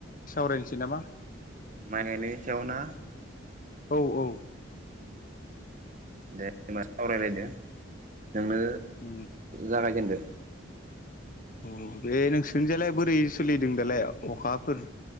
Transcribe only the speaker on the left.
सावरायनोसै नामा?
औ औ
उम
अ बे नोंसोरनिजालाय बोरै सोलिदों दालाय अखाफोर